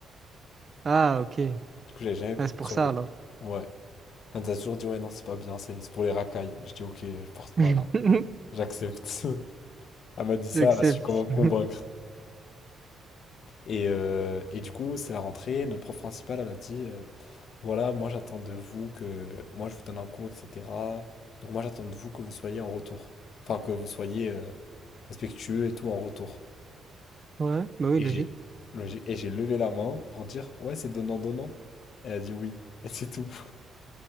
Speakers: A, on the right; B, on the left.
A: Ah, ok.
B: Du coup, j'avais jamais
A: Ah,
B: porté
A: c'est pour
B: de survêt.
A: ça alors.
B: Ouais. Elle nous a toujours dit, ouais, non, c'est pas bien, c'est c'est pour les racailles. Je dis, ok, je porte
A: <laughs>
B: pas alors. J'accepte. <laughs> Elle m'a dit ça,
A: J'accepte.
B: elle a su comment me
A: <laughs>
B: convaincre. Et, euh, et du coup, c'est la rentrée, notre prof principal, elle a dit, euh, voilà, moi j'attends de vous que, moi je vous donne un cours, etc. Donc moi j'attends de vous que vous soyez en retour. Enfin, que vous soyez euh, respectueux et tout en retour.
A: Ouais, bah oui,
B: Et
A: logique.
B: j'ai, j'ai- et j'ai levé la main pour dire, ouais, c'est donnant-donnant. Elle a dit oui. Et c'est tout.